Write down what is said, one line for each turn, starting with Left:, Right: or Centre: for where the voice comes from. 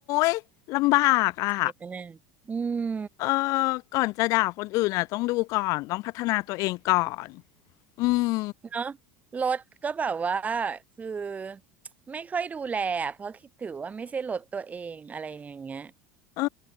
Left: ยลำบากอ่ะ
Right: เสียแน่อืม
Left: เออก่อนจะด่าคนอื่นอ่ะต้องดูก่อนต้องพัฒนาตัวเองก่อนอืม
Right: เนาะรถก็แบบว่าคือไม่ค่อยดูแลอะเพราะคิดถือว่าไม่ใช่รถตัวเองอะไรอย่างเงี้ย
Left: เออ